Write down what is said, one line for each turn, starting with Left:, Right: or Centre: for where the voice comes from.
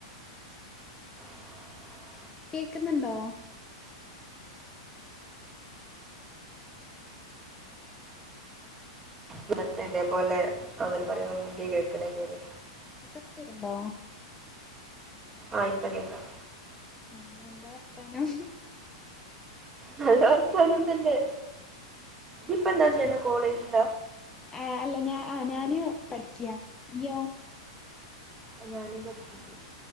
Right: <inaudible>
Left: കേക്കുന്നുണ്ടോ
Right: എന്നിട്ട് ഇതേപോലെ അവര് പറയെണന്നും ന്ക്ക് കേക്കണല്ലരുന്നു
Left: ഇപ്പൊണ്ടോ
Right: ആ ഇപ്പൊ കേക്കാം
Left: ഉം എന്താ വർത്താനം
Right: നല്ല വർത്ത നം തന്നെ ഇപ്പൊ എന്താ
Left: ഉം
Right: ചെയന കോളേജില
Left: ആഹ് അല്ല ഞാൻ പഠിക്കി ഇയ്യോ
Right: അ ഞാനി പഠക്കണ്ട്